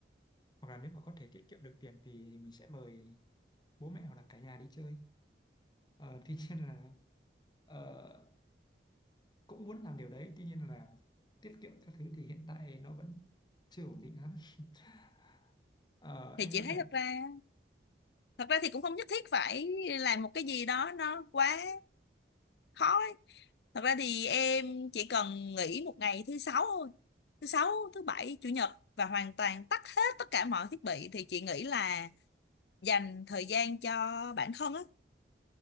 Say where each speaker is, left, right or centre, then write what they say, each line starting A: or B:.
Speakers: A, on the left (about 25°); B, on the left (about 60°).
A: Hoặc là nếu mà có thể tiết kiệm được tiền thì mình sẽ mời bố mẹ hoặc là cả nhà đi chơi ờ, tuy nhiên là ờ, cũng muốn làm điều đấy tuy nhiên là tiết kiệm các thứ thì hiện tại nó vẫn chưa ổn định lắm <laughs> Ờ,
B: thì
A: em
B: chị
A: nghĩ
B: thấy
A: là
B: thật ra thật ra thì cũng không nhất thiết phải làm một cái gì đó nó quá khó thật ra thì em chỉ cần nghỉ một ngày thứ sáu thôi thứ sáu thứ bảy chủ nhật và hoàn toàn tắt hết tất cả mọi thiết bị thì chị nghĩ là dành thời gian cho bản thân á